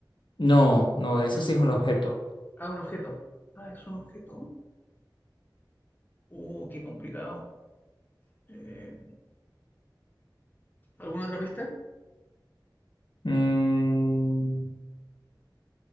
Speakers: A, on the left; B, on the left.
A: No, no, eso
B: Ah,
A: sí es un objeto.
B: Ah, un objeto. Ah, es un objeto. Uh, qué complicado. Eh, ¿Alguna otra pista?
A: Mm,